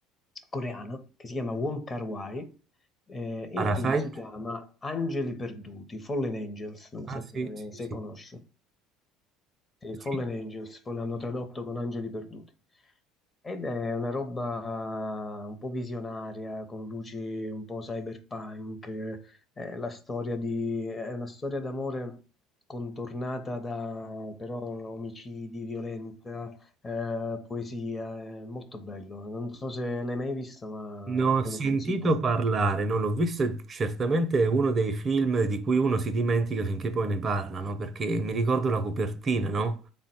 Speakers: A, on the left (about 30°); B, on the right (about 35°).
A: coreano che si chiama Wong Kar-wai. Eh, il
B: Parasite?
A: film si chiama Angeli Perduti, Fallen Angels, non
B: Ah
A: so
B: sì,
A: se,
B: sì,
A: se
B: sì.
A: conosci. Sì,
B: Sì,
A: Fallen Angels, poi l'hanno tradotto con Angeli Perduti. Ed è una roba un po' visionaria, con luci un po' cyberpunk, eh, è la storia di- è una storia d'amore contornata da però omicidi, violenza, eh, poesia, è molto bello. Non so se l'hai mai visto, ma
B: Ne ho
A: te
B: sentito
A: lo consiglio per
B: parlare,
A: caso.
B: non l'ho visto, e certamente è uno dei film di cui uno si dimentica finché poi ne parlano, perché mi ricordo la copertina, no?